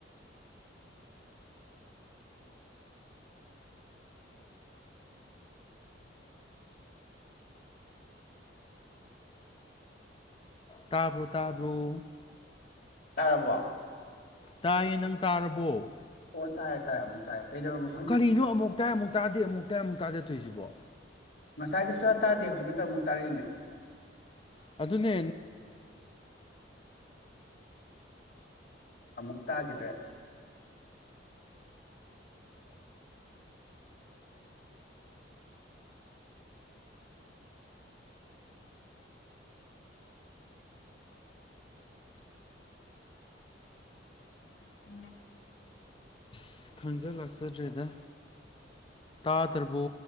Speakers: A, on the left; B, on the left.
A: ꯇꯥꯕ꯭ꯔꯣ ꯇꯥꯕ꯭ꯔꯣ
B: ꯇꯥꯔꯕꯣ
A: ꯇꯥꯏꯌꯦ ꯅꯪ ꯇꯥꯔꯕꯣ
B: ꯑꯣ ꯇꯔꯦ ꯇꯥꯏꯌꯦ ꯑꯃꯨꯛ ꯇꯥꯏ ꯀꯩꯗꯧꯔꯝ
A: ꯀꯔꯤꯅꯣ ꯑꯃꯨꯛ ꯇꯥꯏ ꯑꯃꯨꯛ ꯇꯥꯗꯦ ꯑꯃꯨꯛ ꯇꯥꯏ ꯑꯃꯨꯛ ꯇꯥꯗꯦ ꯇꯧꯔꯤꯁꯤꯕꯣ
B: ꯉꯁꯥꯏꯗꯣ ꯁꯨꯡꯇꯥ ꯇꯥꯗꯦ ꯍꯧꯖꯤꯛ ꯈꯛꯇ ꯑꯃꯨꯛ ꯇꯥꯔꯛꯏꯅꯦ
A: ꯑꯗꯨꯅꯦ
B: ꯑꯃꯨꯛ ꯇꯥꯈꯤꯗ꯭ꯔꯦ <inaudible>
A: ꯑꯁ ꯈꯪꯖ ꯂꯥꯛꯆꯗ꯭ꯔꯦꯗ ꯇꯥꯗ꯭ꯔꯕꯣ